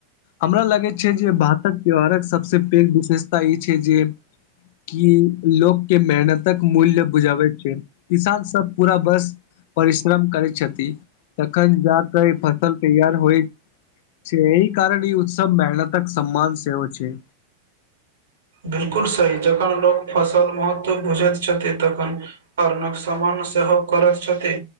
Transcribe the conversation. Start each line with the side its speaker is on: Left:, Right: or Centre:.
Left: हमरा लागैत छै जे भातक त्यौहारक सभसँ पैघ विशेषता ई छै जे कि लोकके मेहनतक मूल्य बुझाबै छै किसान सब पूरा बस परिश्रम करै छथि तखन जा क इ फसल तैयार होइ छै एहि कारण ई उत्सव मेहनतक सम्मान सेहो छै
Right: बिलकुल सही जखन लोक फसल महत्व बुझैत छथिन तखन अर्नक सामान सेहो करैत छथि